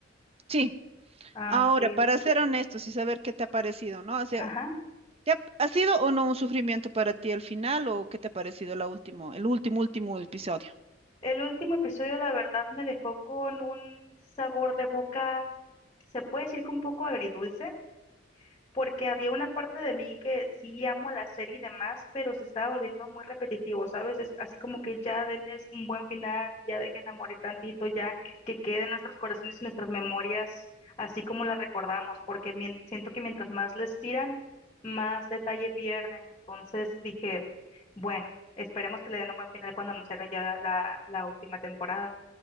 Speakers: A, on the right (about 30°); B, on the left (about 20°).
A: Sí.
B: Ah,
A: Ahora,
B: ok,
A: para
B: ok.
A: ser honestos y saber qué te ha parecido, ¿no? O sea,
B: Ajá.
A: ¿Te ha, ha sido o no un sufrimiento para ti al final o qué te ha parecido la último, el último, último episodio?
B: El último episodio, la verdad, me dejó con un sabor de boca, se puede decir que un poco agridulce, porque había una parte de mí que sí amo la serie y demás, pero se estaba volviendo muy repetitivo, ¿sabes? Es así como que ya denles un buen final, ya dejen a morir tantito, ya que quede en nuestros corazones y nuestras memorias, así como la recordamos, porque mien- siento que mientras más les tiran, más detalle pierden. Entonces dije, bueno, esperemos que le den un buen final cuando anunciaron ya la, la última temporada.